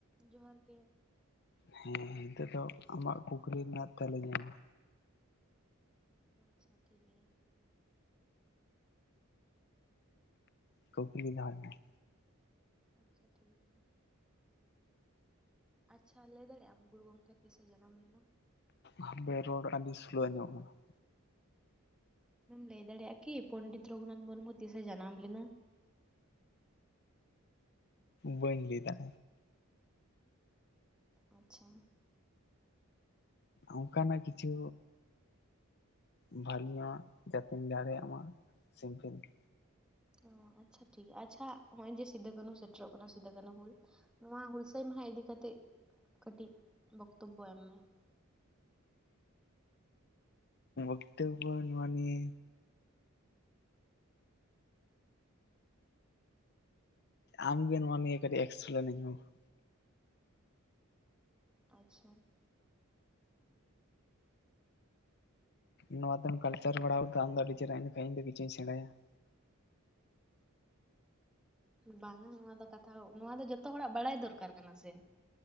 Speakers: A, in the centre; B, on the left.
A: ᱡᱚᱦᱟᱨ ᱜᱮ
B: ᱦᱮᱸ ᱱᱤᱛᱳᱜ ᱫᱚ ᱟᱢᱟᱜ ᱠᱩᱠᱞᱤ ᱨᱮᱱᱟᱜ ᱛᱮᱞᱟᱧ ᱮᱢᱟᱢᱟ᱾
A: ᱟᱪᱪᱷᱟ ᱴᱷᱤᱠ ᱜᱮᱭᱟ᱾
B: ᱠᱩᱠᱞᱤ ᱫᱚᱦᱚᱭ ᱢᱮ ᱾
A: ᱟᱪᱪᱷᱟ ᱴᱷᱤᱠ ᱜᱮᱭᱟ ᱢᱟ ᱾ <inaudible> ᱟᱪᱪᱷᱟ ᱞᱟᱹᱭ ᱫᱟᱲᱮᱭᱟᱜ ᱟᱢ ᱜᱩᱨᱩ ᱜᱚᱢᱠᱮ ᱛᱤᱥᱮ ᱡᱟᱱᱟᱢ ᱞᱮᱱᱟ?
B: ᱦᱟᱯᱮ ᱨᱚᱲ ᱟᱹᱰᱤ ᱥᱞᱳ ᱟᱸᱡᱚᱢᱚᱜ ᱠᱟᱱᱟ ᱾
A: ᱞᱟᱹᱭ ᱫᱟᱲᱮᱭᱟᱜᱼᱟ ᱠᱤ ᱯᱚᱱᱰᱤᱛ ᱨᱚᱜᱷᱩᱱᱟᱛᱷ ᱢᱩᱨᱢᱩ ᱛᱤᱥᱮ ᱡᱟᱱᱟᱢ ᱞᱮᱱᱟ?
B: ᱵᱟᱹᱧ ᱞᱟᱹᱭ ᱫᱟᱲ
A: ᱟᱪᱪᱷᱟ᱾
B: ᱚᱱᱠᱟᱱᱟᱜ ᱠᱤᱪᱷᱩ ᱵᱷᱟᱞᱮ ᱧᱚᱜᱼᱟᱜ ᱡᱟᱛᱮᱧ ᱫᱟᱲᱮᱭᱟᱜ ᱢᱟ ᱥᱤᱢᱯᱤᱞ ᱾
A: ᱚ ᱟᱪᱪᱷᱟ ᱴᱷᱤᱠ ᱜᱮᱭᱟ, ᱟᱪᱪᱷᱟ ᱱᱚᱜᱼᱚᱭ ᱡᱮ ᱥᱤᱫᱩ ᱠᱟᱹᱱᱦᱩ ᱥᱮᱴᱮᱨᱚᱜ ᱠᱟᱱᱟ ᱥᱤᱫᱩ ᱠᱟᱹᱱᱦᱩ ᱦᱩᱞ ᱱᱚᱣᱟ ᱦᱩᱞᱥᱟᱹᱭ ᱢᱟᱦᱟ ᱤᱫᱤ ᱠᱟᱛᱮᱫ ᱠᱟᱹᱴᱤᱡ ᱵᱚᱠᱛᱚᱵᱵᱚ ᱮᱢ ᱢᱮ ᱾
B: ᱵᱠᱛᱚᱵᱵᱚ ᱱᱚᱣᱟ ᱱᱤᱭᱟᱹ ᱟᱢᱜᱮ ᱱᱚᱣᱟ ᱱᱤᱭᱟᱹ ᱠᱟᱹᱴᱤᱡ ᱮᱠᱥᱯᱮᱞᱮᱱᱟ. ᱧ ᱢᱮ ᱢᱟ ᱾
A: ᱟᱪᱪᱷᱟ ᱾
B: ᱱᱚᱣᱟᱛᱮᱢ ᱠᱟᱞᱪᱟᱨ ᱵᱟᱲᱟᱣ ᱟᱠᱟᱫᱼᱟ ᱟᱢ ᱫᱚ ᱟᱹᱰᱤ ᱪᱮᱨᱦᱨᱟ ᱮᱸᱰᱮ ᱠᱷᱟᱡ ᱤᱧ ᱫᱚ ᱠᱤᱧᱪᱷᱩᱧ ᱥᱮᱬᱟᱭᱟ ᱾
A: ᱵᱟᱝᱟ ᱱᱚᱣᱟ ᱫᱚ ᱠᱟᱛᱷᱟ, ᱱᱚᱣᱟ ᱫᱚ ᱡᱚᱛᱚ ᱦᱚᱲᱟᱜ ᱵᱟᱲᱟᱭ ᱫᱚᱨᱠᱟᱨ ᱠᱟᱱᱟ ᱥᱮ᱾